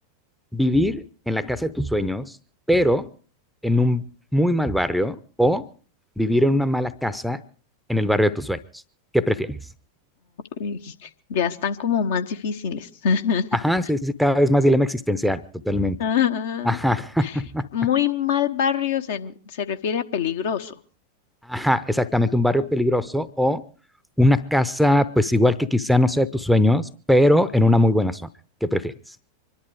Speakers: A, in the centre; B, on the left.
A: ¿Vivir en la casa de tus sueños, pero en un muy mal barrio o vivir en una mala casa en el barrio de tus sueños? ¿Qué prefieres?
B: Uy, ya están como más difíciles. <laughs>
A: Ajá, sí, sí, sí, cada vez más dilema existencial, totalmente.
B: Ah,
A: Ajá, <laughs>
B: Muy mal barrio se, se refiere a peligroso.
A: ajá, exactamente, un barrio peligroso o una casa, pues igual que quizá no sea de tus sueños, pero en una muy buena zona. ¿Qué prefieres?